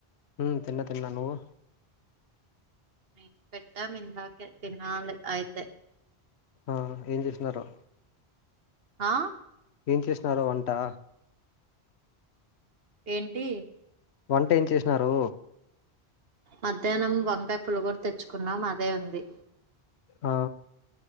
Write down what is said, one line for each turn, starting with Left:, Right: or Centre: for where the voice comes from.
Left: ఉమ్ తిన్న తిన్నా నువ్వు
Right: నేను పెట్టమ్ ఇందాకే తినాలి అయితే
Left: ఆ ఏం చేసిన్నారో
Right: ఆ
Left: ఏం చేసినారో వంట్టా
Right: ఏంటీ
Left: వంట ఏం చేసినారూ
Right: మధ్యానం వంకాయ పులగోర తెచ్చుకున్నాం అదే ఉంది
Left: ఆ